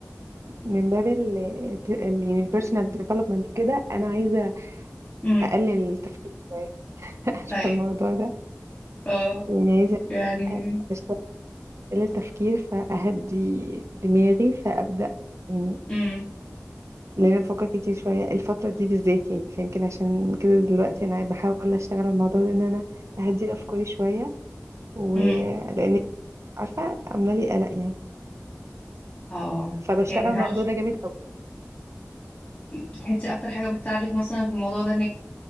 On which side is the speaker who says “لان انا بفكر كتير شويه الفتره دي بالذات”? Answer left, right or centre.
Right